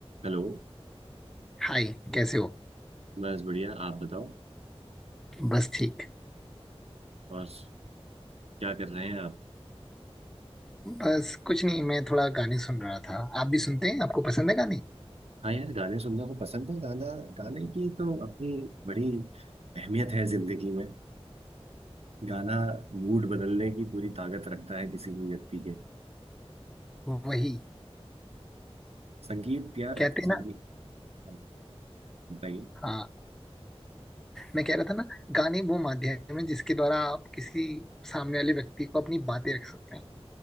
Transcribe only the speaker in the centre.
हाय कैसे हो
बस ठीक
बस कुछ नहीं मैं थोड़ा गाने सुन रहा था आप भी सुनते हैं आपको पसंद है गाने
वही
कहते
हैं ना
हाँ मैं कह रहा था ना गाने वो माध्यम है जिसके द्वारा आप किसी सामने वाले व्यक्ति को अपनी बातें रख सकते हैं